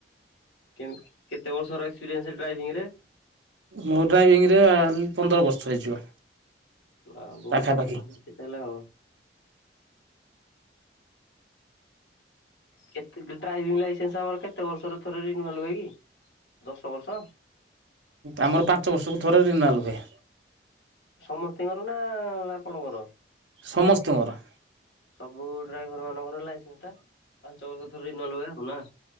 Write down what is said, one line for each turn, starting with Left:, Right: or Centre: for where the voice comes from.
Left: କେ କେତେ ବର୍ଷର ଏକ୍ସପେରିଏନ୍ସ ଡ୍ରାଇଭିଂରେ?
Right: ମୋ ଡ୍ରାଇଭିଂରେ <unintelligible> ପନ୍ଦର ବର୍ଷ ହେଇଯିବ।
Left: ଆ ବୋହୁତ
Right: ପାଖାପାଖି
Left: ଏକ୍ସପେରିଏନ୍ସ ଅଛି ତାହେଲେ ଆଉ। କେତେ ଡ୍ରାଇଭିଂ ଲାଇସେନ୍ସ ଆମର କେତେ ବର୍ଷରେ ଥରେ ରିନୁଆଲ ହୁଏ କି ଦଶ ବର୍ଷ?
Right: ଆମର ପାଞ୍ଚ ବର୍ଷକୁ ଥରେ ରେନୁଆଲ ହୁଏ।
Left: ସମସ୍ତିଙ୍କର ନା ଆପଣଙ୍କର?
Right: ସମସ୍ତିଙ୍କର।
Left: ସବୁ ଡ୍ରାଇଭର ମାନଙ୍କର ଲାଇସେନ୍ସଟା ପାଞ୍ଚ ବର୍ଷରେ ଥରେ ହୁଏ ଆଉ ନା?